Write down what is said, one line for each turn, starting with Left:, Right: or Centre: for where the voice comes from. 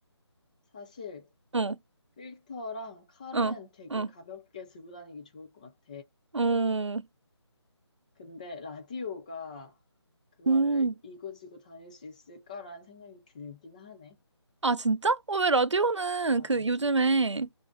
Left: 사실
Right: 어,
Left: 필터랑 칼은
Right: 어,
Left: 되게
Right: 어,
Left: 가볍게 들고 다니기 좋을 것 같아.
Right: 어,
Left: 근데 라디오가 그거를
Right: 음.
Left: 이고지고 다닐 수 있을까라는 생각이 들긴 하네.
Right: 아, 진짜? 어, 왜 라디오는
Left: 어,
Right: 그 요즘에